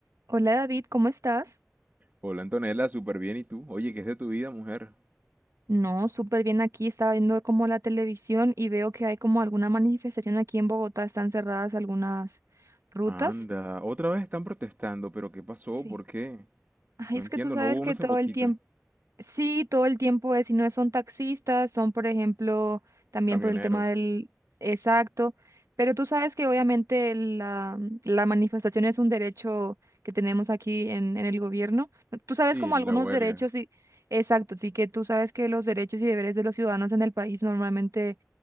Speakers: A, on the right; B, on the right.
A: Hola David, ¿cómo estás?
B: Hola Antonella, súper bien. ¿Y tú? Oye, ¿qué es de tu vida, mujer?
A: No, súper bien aquí. Estaba viendo como la televisión y veo que hay como alguna manifestación aquí en Bogotá. Están cerradas algunas rutas.
B: Anda, otra vez están protestando, pero ¿qué pasó?
A: Sí.
B: ¿Por qué?
A: Ay,
B: No
A: es
B: entiendo,
A: que tú sabes
B: no hubo uno
A: que
B: hace
A: todo
B: poquito.
A: el tiempo... Sí, todo el tiempo es, y no son taxistas, son, por ejemplo, también
B: Camioneros.
A: por el tema del exacto, pero tú sabes que obviamente la, la manifestación es un derecho que tenemos aquí en, en el gobierno. Tú sabes
B: Sí,
A: como
B: la
A: algunos
B: huelga.
A: derechos y exacto, sí que tú sabes que los derechos y deberes de los ciudadanos en el país normalmente